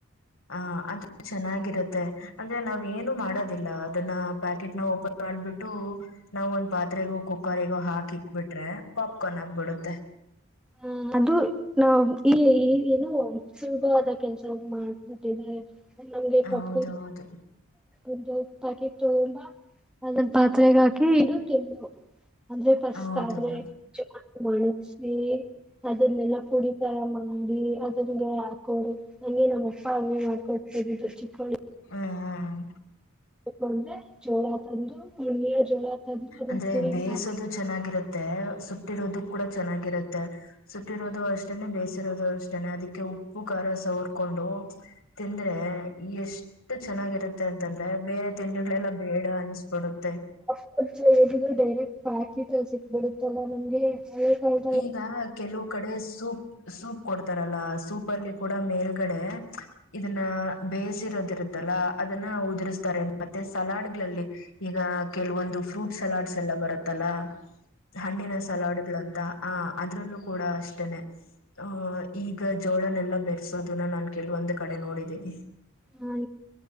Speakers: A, on the left (about 75°); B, in the centre.
A: ಆ ಅದು ಚೆನ್ನಾಗಿರುತ್ತೆ ಅಂದ್ರೆ ನಾವ್ ಏನು ಮಾಡೋದಿಲ್ಲ ಅದನ್ನ ಪ್ಯಾಕೆಟ್ ನ ಓಪನ್ ಮಾಡ್ಬಿಟ್ಟು ನಾವ್ ಒಂದ್ ಪಾತ್ರೆಗೆ ಹೋಗ ಕುಕ್ಕರ್ಗೋ ಹಾಕಿ ಇಕ್ಬಿಟ್ರೆ ಪಾಪ್ಕಾರ್ನ್ ಆಕ್ಬಿಡುತ್ತೆ
B: ಹ ಅದು ನ್ ಈ ಈ ಏನು ಸುಲಭವಾದ ಕೆಲ್ಸ ಮಾಡ್ ಮಾರೆನಮ್ಗೆ ಪಾಪ್ಕೋನ್
A: ಹೌದೌದು
B: ಒಂದು ಪ್ಯಾಕೆಟ್ ತಗೊಂಬ ಅದೊಂದು ಪಾತ್ರೆಗೆ ಹಾಕಿ ಇಡ ಕೆಲವು ಅಂದ್ರೆ ಫಸ್ಟ್
A: ಹೌದೌದು
B: ಆದ್ರೆ ಚೆನ್ನಾಗಿ ಮಾಡಸಿ ಅದನ್ನೆಲ್ಲಾ ಪುಡಿತರ ಮಾಡಿ ಅದನ್ ಹಾಕೋಡು ನಂಗೆ ನಮ್ಮಪ್ಪ ಹಂಗೇ ಮಾಡ್ಕೊಡ್ತರದು ಚಿಕ್ಕಿವಳ
A: ಹ್ಮ್ ಹ್ಮ್
B: ಕೊಂಡೆ ಜೋಳ ತಂದು ಹುಣಿಯ ಜೋಳ ತಂದು ಅದನ್ನ
A: ಅಂದ್ರೆ
B: ಪುರಿ
A: ಬೇಯಿಸೋದು
B: ಮಾಡಿ
A: ಚೆನ್ನಾಗಿರುತ್ತೆ ಸುಟ್ಟಿರೋದು ಕೂಡ ಚೆನ್ನಾಗಿರುತ್ತೆ ಸುಟ್ಟಿರೋದು ಅಷ್ಟನೆೇ ಬೇಯಿಸಿರೋದು ಅಷ್ಟನೆ ಅದಕ್ಕೆ ಉಪ್ಪು ಖಾರ ಸವರ್ಕೊಂಡು ತ್ತಿತಂದ್ರೆ ಎಷ್ಟು ಚೆನ್ನಾಗಿರುತ್ತೆ ಅಂತಂದ್ರೆ ಬೇರೆ ತಿಂಡಿಳೆಲ್ಲ ಬೇಡ ಅನ್ಸ್ಬಿಡುತ್ತೆ
B: ಮ ಏನಿದ್ ಡೈರೆಕ್ಟ್ ಪ್ಯಾಕೆಟ್ಲ ಸಿಕ್ಬಿಡುತ್ತಲ್ಲಾ ನಮ್ಗೆ ಹೌದು
A: ಈಗ ಕೆಲವು ಕಡೆ ಸೂಪ್ ಸೂಪ್ ಕೊಡ್ತಾರಲ್ಲ ಸೂಪ್ ಅಲ್ಲಿ ಕೂಡ ಮೇಲ್ಗಡೆ ಇದನ್ನ ಬೇಯಿಸಿರೋದಿರುತ್ತಲ್ಲ ಅದನ್ನ ಉದುರಿಸಸ್ತಾರೆ ಮತ್ತೆ ಸಲಾಡ್ಗಳಲ್ಲಿ ಈಗ ಕೆಲವೊಂದು ಫ್ರೂಟ್ ಸಲಾಡ್ಸ್ ಎಲ್ಲ ಬರುತ್ತಲ್ಲ ಹಣ್ಣಿನ ಸಲಾಡ್ಗಳಂತ ಹ ಅದ್ರಲ್ಲೂ ಕೂಡ ಅಷ್ಟನೆ ಆಹ ಈಗ ಜೋಳನೆೆಲ್ಲ ಬೆರೆಸೋದನ್ನ ನಾನ್ ಕೆಲವೊಂದ್ ಕಡೆ ನೋಡಿದ್ದೀನಿ
B: ಹ